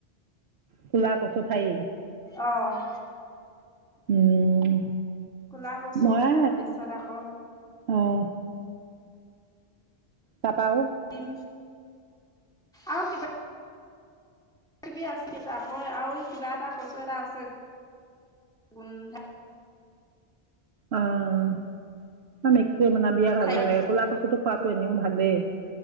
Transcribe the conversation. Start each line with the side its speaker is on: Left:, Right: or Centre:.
Right: কোলা কচু ঠাই
Centre: অঁ।
Right: উম।
Centre: কোলা কছো
Right: মই
Centre: তাৰপিছত আকৌ
Right: অঁ। তাপা আও
Centre: দিম আৰু কিবা কিবি আছে আকৌ আৰু কিবা এটা কচু এটা আছে গোন্ধা
Right: অঁ, মে <unintelligible> ভালেই
Centre: ঠাৰিডাল
Right: লাগে, ক'লা কচুটো খোৱাতো এনেও ভালেই।